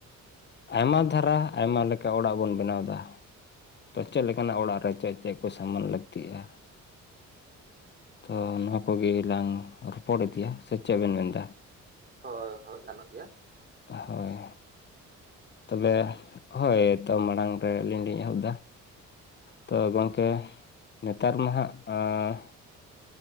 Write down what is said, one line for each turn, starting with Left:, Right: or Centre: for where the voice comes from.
Left: ᱟᱭᱢᱟ ᱫᱷᱟᱨᱟ ᱟᱭᱢᱟ ᱞᱮᱠᱟ ᱚᱲᱟᱜ ᱵᱚᱱ ᱵᱮᱱᱟᱣ ᱮᱫᱟ᱾ ᱛᱚ ᱪᱮᱫ ᱞᱮᱠᱟᱱᱟᱜ ᱚᱲᱟᱜ ᱨᱮ ᱪᱮᱜ ᱪᱮᱜ ᱠᱚ ᱥᱟᱢᱟᱱ ᱞᱟᱹᱠᱛᱤᱜᱼᱟ᱾ ᱛᱚ ᱱᱚᱣᱟ ᱠᱚᱜᱮ ᱞᱟᱝ ᱨᱚᱯᱚᱲ ᱤᱫᱤᱭᱟ ᱥᱮ ᱪᱮᱜ ᱵᱮᱱ ᱢᱮᱱ ᱮᱫᱟ?
Right: ᱦᱳᱭ ᱦᱳᱭ ᱜᱟᱱᱚᱜ ᱜᱮᱭᱟ᱾
Left: ᱦᱳᱭ᱾ ᱛᱚᱵᱮ ᱦᱳᱭ ᱛᱚ ᱢᱟᱲᱟᱝ ᱨᱮ ᱟᱹᱞᱤᱧ ᱞᱤᱧ ᱮᱦᱚᱵ ᱮᱫᱟ, ᱛᱚ ᱜᱚᱝᱠᱮ ᱱᱮᱛᱟᱨ ᱢᱟ ᱦᱟᱸᱜ ᱟᱸ